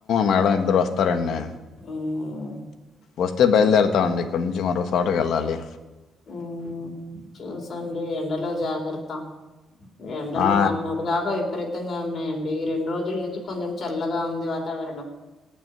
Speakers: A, on the left (about 70°); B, on the left (about 55°).
A: మేడం ఇద్దరు వస్తారండి
B: ఉమ్
A: వస్తే బయలుదేరతామండి ఇక్కడ నుంచి మరో చోటకెళ్ళాలి
B: ఊహు చూసండి ఎండలో జాగ్రత్త త్త ఎండలు
A: ఆ,
B: మొన్నడిదాకా విపరీతంగా ఉన్నాయండి ఈ రెండు రోజుల నుంచి కొంచెం చల్లగా ఉంది వాతావరణం